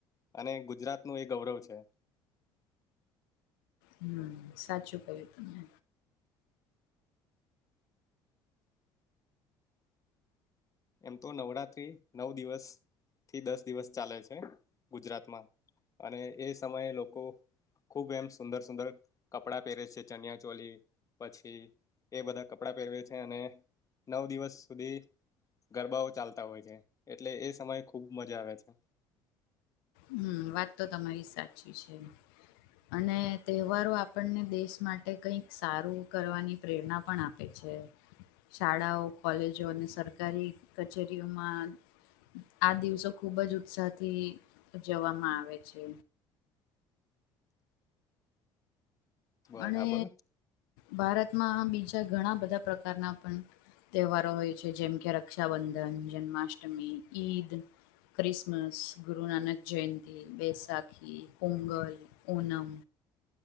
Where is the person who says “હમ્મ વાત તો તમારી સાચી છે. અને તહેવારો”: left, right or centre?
Left